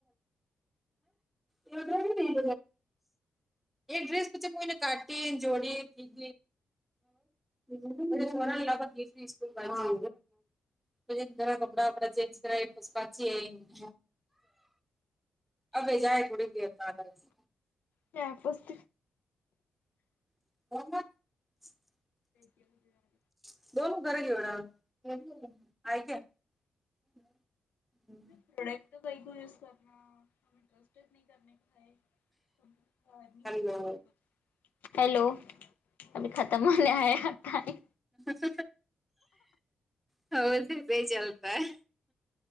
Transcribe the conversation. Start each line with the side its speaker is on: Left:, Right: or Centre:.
Centre: ہ نہیں ایک ڈریس پچے میں نے کاٹی جوڑی <unintelligible> ج مور لاگ تسیس ہاں پے گھر کپڑا وپڑا چنج کرا ےاس کہ چینج اب جائے تھڑے کی کیا کرے سو
Left: کیاپست
Centre: <unintelligible>
Left: جار
Centre: <unintelligible>
Left: <unintelligible>
Centre: ہیلو
Left: ہیلو ابھی ختم ہونے آیا ٹائم
Centre: س س ہاں وائس نی چلتا ہے